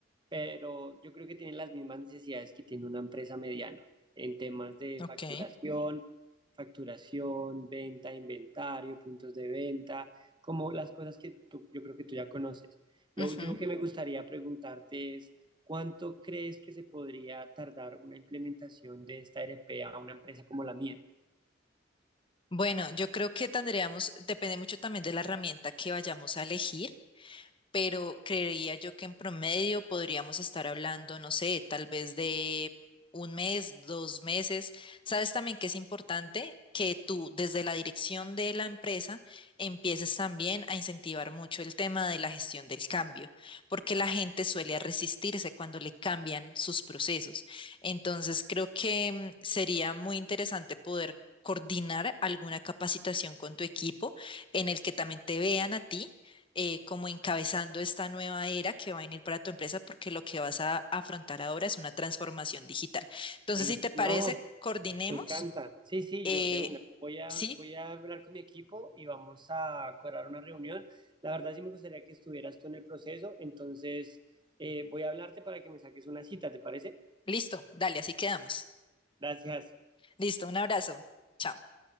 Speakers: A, on the right (about 25°); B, on the left (about 25°).
A: pero yo creo que tienen las mismas necesidades que tiene una empresa mediana en temas de
B: Ok.
A: facturación, facturación, venta, inventario, puntos de venta, como las cosas que tú- yo creo que tú ya conoces. Lo
B: Ujú.
A: último que me gustaría preguntarte es, ¿cuánto crees que se podría tardar una implementación de esta ERP a una empresa como la mía?
B: Bueno, yo creo que tendríamos, depende mucho también de la herramienta que vayamos a elegir. pero creería yo que en promedio podríamos estar hablando, no sé, tal vez de un mes, dos meses. Sabes también que es importante que tú desde la dirección de la empresa empieces también a incentivar mucho el tema de la gestión del cambio, porque la gente suele resistirse cuando le cambian sus procesos. Entonces, creo que mm, sería muy interesante poder coordinar alguna capacitación con tu equipo en el que también te vean a ti eh, como encabezando esta nueva era que va a venir para tu empresa porque lo que vas a afrontar ahora es una transformación digital. Entonces,
A: Eh,
B: si te parece,
A: No,
B: coordinemos.
A: Me encanta. Sí, sí,
B: eh,
A: yo de una. Voy a,
B: sí,
A: voy a hablar con mi equipo y vamos a acordar una reunión. La verdad sí me gustaría que estuvieras tú en el proceso, entonces eh, voy a hablarte para que me saques una cita, ¿te parece?
B: listo, dale, así quedamos.
A: Gracias.
B: Listo, un abrazo. Chao.